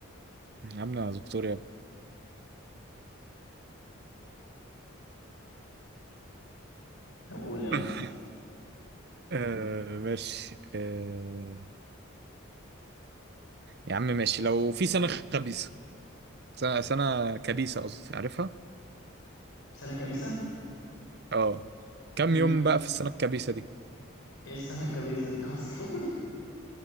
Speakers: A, on the right; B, on the left.
A: عاملة دكتور يا ابني
B: طب قول يلا
A: <laughs>
B: اسأل.
A: آه ماشي آه يا عم ماشي لو في سنة خبيثة سنة, سنة كبيسة قصدي عارفها؟
B: سنة كبيسة
A: اه كم
B: امم
A: يوم بقى في السنة الكبيسة دي؟
B: ايه السنة الكبيسة دي اصلا <laughs>